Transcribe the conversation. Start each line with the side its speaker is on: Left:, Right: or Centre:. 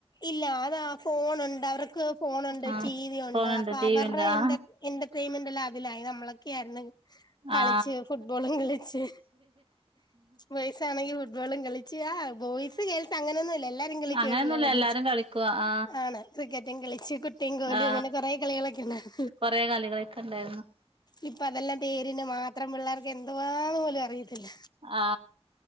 Left: ഇല്ല അതാ ഫോണൊണ്ട് അവർക്ക് ഫോണൊണ്ട്
Right: ആ
Left: ടിവിയൊണ്ട്
Right: ഫോണുണ്ട്
Left: അപ്പൊ
Right: ടി
Left: അവർ
Right: വി ഉണ്ട്
Left: ഇപ്പ
Right: ആ
Left: എൻ്റെർ എന്റർട്രെയ്മെന്റെല്ലാം അതിലായി നമ്മളൊക്കെ ആയിരുന്നെങ്കി കളിച്ച്
Right: ആ
Left: ഫുട്ബോളും കളിച്ച് ബോയ്സാണെങ്കി ഫുട്ബോളും കളി ച്ച് ആ ബോയ്സ് ഗേൾസ് അങ്ങനൊന്നുമില്ല എല്ലാരും കളിക്കുവായിരുന്നല്ലോ
Right: അങ്ങനെയൊന്നുല്ല എല്ലാരും
Left: ഒന്നിച്ച്
Right: കളിക്കുവാ ആ
Left: ആണ് ക്രിക്കറ്റുംകളിച്ച് കുട്ടിയും കോലും
Right: ആ
Left: അങ്ങനെ കൊറെ കളികളൊക്കെയുണ്ടായിരുന്നു
Right: കൊറെ കളികളൊക്കെയൊണ്ടായിരുന്നു
Left: ഇപ്പൊ അതെല്ലാം പേരിനുമാത്രം പിള്ളേർക്ക് എന്തുവാന്നുപോലും അറിയത്തില്ല
Right: ആ